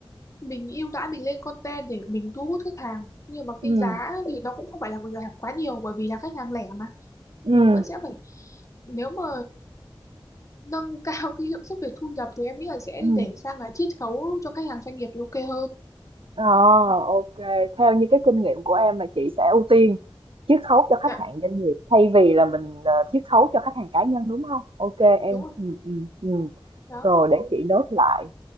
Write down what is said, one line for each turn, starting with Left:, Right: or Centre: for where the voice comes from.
Left: mình ưu đãi mình lên content để mình thu hút khách hàng nhưng mà
Right: ừm,
Left: cái giá thì nó cũng không phải là giảm quá nhiều bởi vì là khách hàng lẻ mà
Right: ừm,
Left: mình vẫn sẽ phải nếu mà nâng cao cái hiệu suất về thu nhập thì em nghĩ là sẽ
Right: ừm.
Left: để sang là chiết khấu cho khách hàng doanh nghiệp thì ok hơn
Right: Ờ,
Left: đó.
Right: ok. Theo như cái kinh nghiệm của em là chị sẽ ưu tiên chiết khấu cho
Left: dạ
Right: khách hàng doanh nghiệp thay vì là mình ờ, chiết khấu cho khách hàng cá nhân đúng không? Ok em.
Left: đúng rồi
Right: Ừ, ừ, ừ.
Left: đó
Right: Rồi để chị nốt lại.